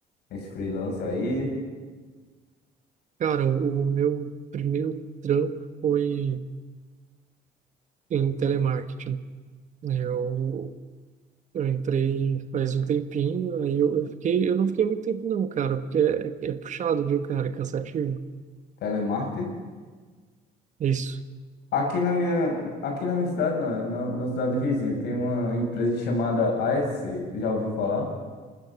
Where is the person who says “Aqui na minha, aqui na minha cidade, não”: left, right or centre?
Left